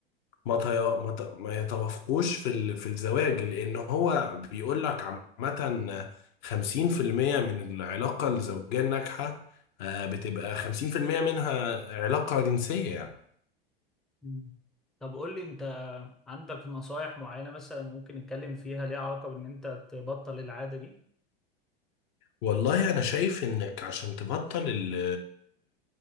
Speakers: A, on the left (about 50°); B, in the centre.
A: ما, ت... ما, ت... ما يتوافقوش في ال... في الزواج لأن هو بيقول لك عامة 50% من العلاقة الزوجية الناجحة آه، بتبقى 50% منها علاقة جنسية يعني
B: مم. طب قول لي انت عندك نصايح معينة مثلا ممكن نتكلم فيها ليها علاقة بان انت تبطل العادة دي
A: والله أنا شايف إنك عشان تبطل ال...